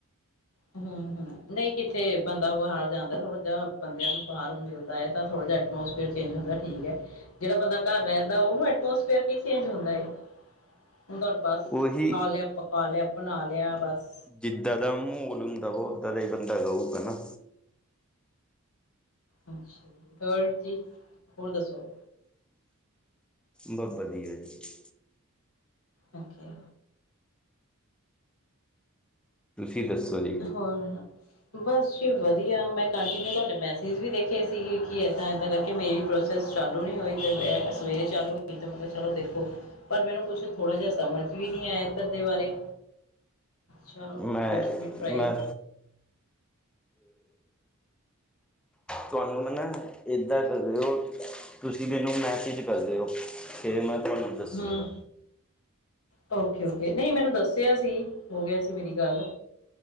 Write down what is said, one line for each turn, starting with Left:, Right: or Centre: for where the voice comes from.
Left: ਹੂੰ ਹੂੰ, ਨਹੀਂ ਕਿੱਥੇ ਬੰਦਾ ਬਾਹਰ ਜਾਂਦਾ ਥੋੜਾ ਜਾ ਬੰਦਿਆਂ ਨੂੰ ਬਾਹਰ ਮਿਲਦਾ ਐ ਤਾਂ ਥੋੜਾ ਜਾ ਐਟਮੋਸਫਰਅਰ ਚੇਂਜ ਹੁੰਦਾ ਠੀਕ ਐ ਜਿਹੜਾ ਬੰਦਾ ਘਰ ਰਹਿੰਦਾ ਓਹਨੂੰ ਐਟਮੋਸਫੇਅਰ ਕੀ ਚੇਂਜ ਹੁੰਦਾ ਐ। ਹੁਣ ਤਾਂ ਬਸ
Centre: ਉਹੀ
Left: ਖਾ ਲਿਆ ਪਕਾ ਲਿਆ ਬਣਾ ਲਿਆ ਬਸ।
Centre: ਜਿੱਦ ਦਾ ਮਹੋਲ ਹੁੰਦਾ ਵਾ ਓਹਦਾ ਦਾ ਹੀ ਬੰਦਾ ਰਊਗਾ ਨਾ।
Left: ਅੱਛਾ ਜੀ। ਹੋਰ ਜੀ ਹੋਰ ਦੱਸੋ?
Centre: ਬਸ ਵਧੀਆ ਜੀ।
Left: ਓਕੇ।
Centre: ਤੁਸੀਂ ਦੱਸੋ ਜੀ
Left: ਹੋਰ ਬਸ ਵਧੀਆ ਮੈਂ ਕੰਟੀਨਿਊ ਤੁਹਾਡੇ ਮੈਸੇਜ ਵੀ ਦੇਖੇ ਸੀਗੇ ਕਿ ਏਦਾਂ ਏਦਾਂ ਕਰਕੇ ਮੇਰੀ ਪ੍ਰੋਸ ਜਸਟ ਚਾਲੂ ਨੀ ਹੋਈ ਤੇ, ਸਵੇਰੇ ਚਾਲੂ ਹੋਈ ਤੇ ਮੈ ਕਿਹਾ, ਚਲੋ ਦੇਖੋ। ਪਰ ਮੈਨੂੰ, ਕੁਛ ਥੋੜਾ ਜਾ ਸਮਝ ਵੀ ਨਹੀ ਆਇਆ ਐਧਰ ਦੇ ਬਾਰੇ। ਚਲੋ,
Centre: ਮੈਂ
Left: ਲੈਟਸ ਵੀ ਟਰਾਈ।
Centre: ਮੈਂ ਤੁਹਾਨੂੰ, ਮੈ ਨਾ ਏਦਾਂ ਕਰਿਓ। ਤੁਸੀਂ ਮੈਨੂੰ, ਮੈਸੇਜ ਕਰ ਦੇਓ ਫਿਰ ਮੈਂ ਤੁਹਾਨੂੰ ਦੱਸੂੰਗਾ
Left: ਹਮ। ਓਕੇ- ਓਕੇ ਨਹੀਂ ਮੈਨੂੰ ਦੱਸਿਆ ਸੀ। ਹੋ ਗਿਆ ਸੀ ਮੇਰੀ ਗੱਲ।।